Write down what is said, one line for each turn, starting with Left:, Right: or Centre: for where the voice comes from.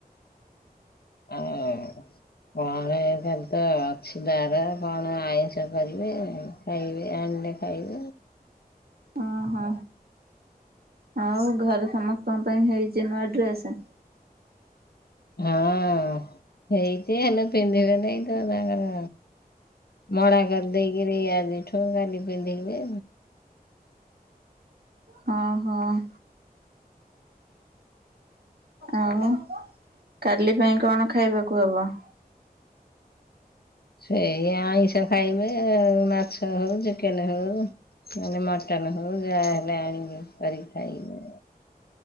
Left: ହଁ। କଣ ଏ ଖାଲି ତ ଅଛି ତାର କଣ ଆଇଁଷ କରିବେ। କାଇବେ ଆନ୍‌ଲେ ଖାଇବେ।
Right: ଓ ହୋ। ଆଉ ଘରେ ସମସ୍ତଙ୍କ ପାଇଁ ହେଇଛି ନୂଆ ଡ୍ରେସ।
Left: ହଁ ହେଇଛି ହେଲେ ପିନ୍ଧିବେ ନେଇଁ ତ ତାଙ୍କର ମଡ଼ା କରି ଦେଇକିରି ଆଜିଠୁ କାଲି ପିନ୍ଧିବେ।
Right: ହଁ ହଁ। ଆଉ କାଲି ପାଇଁ କଣ ଖାଇବାକୁ ହବ।
Left: ସେଇ ଆଇଁଷ ଖାଇବେ ମାଛ ହଉ ଚିକେନ ହଉ ମାନେ ମଟନ ହଉ ଯାହାହେଲେ ଆଣିବି କରିକି ଖାଇବୁ।